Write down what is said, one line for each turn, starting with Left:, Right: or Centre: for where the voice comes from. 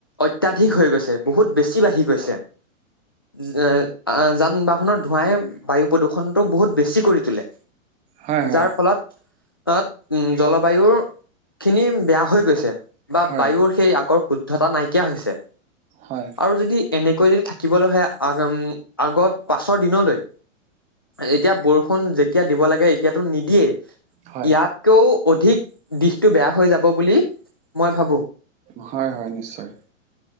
Left: অত্যাধিক হৈ গৈছে, বহুত বেছি বাঢ়ি গৈছে। যে আহ যান বাহনৰ ধোঁৱাই বায়ু প্ৰদূষণটো বহুত বেছি কৰি তোলে।
Right: হয়, হয়,
Left: যাৰ ফলত অত উ জলবায়ুৰ খিনি বেয়া হৈ গৈছে বা
Right: হয়,
Left: বায়ুৰ সেই আগৰ শুদ্ধতা নাইকিয়া হৈছে।
Right: হয়।
Left: আৰু যদি এনেক কৈ যদি থাকিবলৈ হয়ে আ আগত পাছৰ দিনলৈ এতিয়া বৰষুণ যেতিয়া দিব লাগে এতিয়াতো নিদিয়েই।
Right: হয়,
Left: ইয়াতকেও অধিক দিশটো বেয়া হৈ যাব বুলি মই ভাবো।
Right: হয় হয় নিশ্চয়।